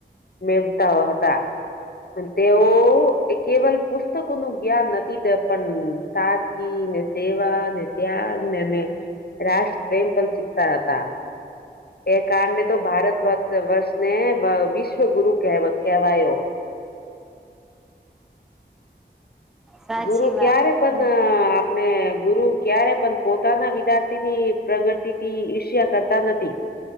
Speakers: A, on the left; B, in the centre.
A: મેવતા હતા. તેઓ કેવલ પુસ્તકોનું જ્ઞાન નથી તે પણ સાાદકીને, સેવાને, ત્યાગને રાષ્ટ્રપ્રેમ પણ શીખતા હતા હતા. એ કારને તો ભારત વર્ષને વિશ્વ ગુરુ કેહેવાયો.
B: સાચી
A: ગુરુ ક્યારે
B: વાત
A: પણ
B: હમ
A: આપણે ગુરુ ક્યારે પણ. પોતાના વિદ્યાર્થીની પ્રગતિથી ઈર્ષ્ય કરતા નથી.